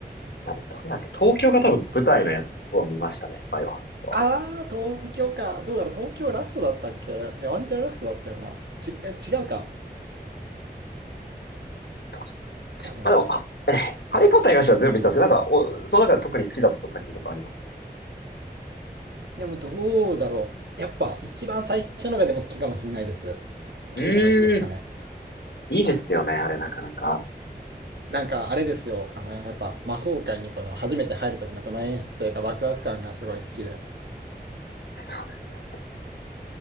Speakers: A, on the left (about 80°); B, on the right (about 80°).
A: な、どれだっけ東京が多分舞台のやつを見ましたね。バイオハザ
B: ああ、東京か。どうだろう、東京ラストだったっけいや、ワンチャンラストだったよな。ち、え違うか。
A: ード。ま
B: 多分。
A: あでも、あ、ええ、ハリーポッターに関しては全部見たんですけど、なんか、お、その中で特に好きだった作品とかあります
B: でもどうだろう。やっぱ一番最初のがでも好きかもしれないです。
A: うーん。
B: 賢者の石ですかね。
A: いいですよね、あれなかなか。
B: なんかあれですよ。あの、やっぱ魔法界にこの初めて入る時のこの演出というかワクワク感がすごい好きで。
A: いやそうですね。と